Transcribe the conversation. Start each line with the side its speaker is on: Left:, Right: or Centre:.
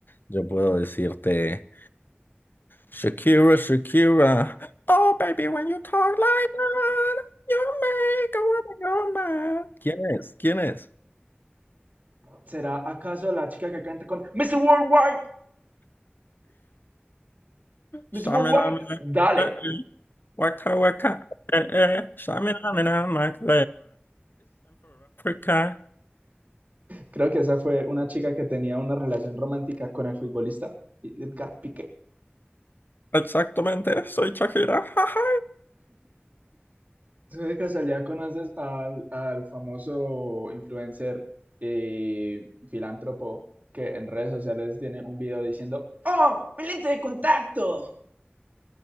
Left: Yo puedo decirte. Shakira, Shakira. Oh, baby, when you talk like that, you make a woman go mad. ¿Quién es? ¿Quién es?
Right: ¿Será acaso la chica que canta con Mr. Worldwide? Mr.
Left: Shaminama,
Right: Worldwide, dale.
Left: eh, eh, Waka, waka, eh, eh, shaminama, waka. Esa.
Right: Creo que esa fue una chica que tenía una relación romántica con el futbolista Edgar Piqué.
Left: Exactamente, soy Shakira. jaja.
Right: ¿Tú de casualidad conoces al, al famoso influencer y filántropo que en redes sociales tiene un video diciendo, ¡Oh, mi lente de contacto!